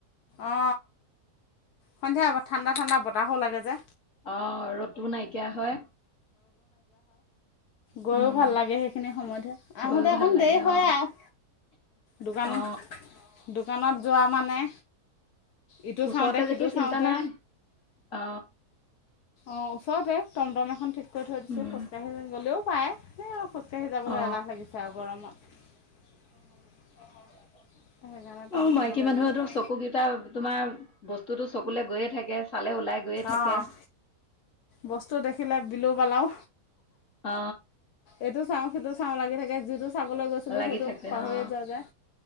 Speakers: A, on the left; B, on the left.
A: অ, সন্ধিয়া ঠাণ্ডা-ঠাণ্ডা বতাহো লাগে যে।
B: অ ৰ'দটোও নাইকিয়া হয়।
A: গৈয়ও
B: উম
A: ভাল লাগে সেইখিনি সময়তহে আহোতে
B: গৈও ভাল
A: অকণ
B: লাগে
A: দেৰি হয়
B: অ
A: আৰু দোকানত
B: অ
A: দোকানত যোৱা মানে ইটো
B: ওচতে
A: চাওঁতে সিটো
B: যেতিয়া চিন্তা
A: চাওঁতে
B: নাই অ
A: অ ওচৰতে টমটম এখন ঠিক কৰি থৈ দিছো
B: উম
A: খোজকাঢ়ি গলেও পায় খোজকাঢ়ি যাবলৈ
B: অ
A: এলাহ লাগিছে আৰু গৰমত
B: হয়
A: সেইকাৰণে টমটমতে
B: অ মাইকী মানুহেতো
A: বোলো যাম
B: চকু কেইটা তোমাৰ বস্তুতো চকুলে গৈয়ে থাকে চালে ওলাই গৈয়ে থাকে
A: অহ বস্তু দেখিলে বিলু পালাও
B: অ।
A: এইটো চাওঁ সেইটো চাওঁ লাগি থাকে যিটো চাবলৈ গৈছিলোঁ
B: লাগি
A: সেইটো
B: থাকে
A: পাহৰিয়ে
B: অ
A: যোৱা যায়